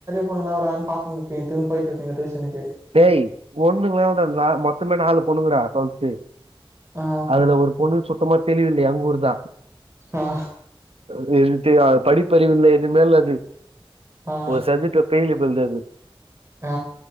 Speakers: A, on the right (about 30°); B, on the right (about 85°).
A: பொண்ணுகள வராங்கனு பத்துனு போயிட்டு இருப்பீங்க டியூஷனுக்கு
B: டேய் பொண்ணுங்க லா இல்லடா மொத்தமே நாலு பொண்ணுங்க டா டோவேல் து
A: ஆ
B: அதுல ஒரு பொண்ணு சுத்தமா தெளிவு எங் உர் தா
A: ஆ
B: அது எது யோ படிப்பறிவில்ல எது மே இல்ல அது
A: ஆ
B: ஒரு சப்ஜெப்ட்ல பேய்லு புள்ள அது
A: ஆ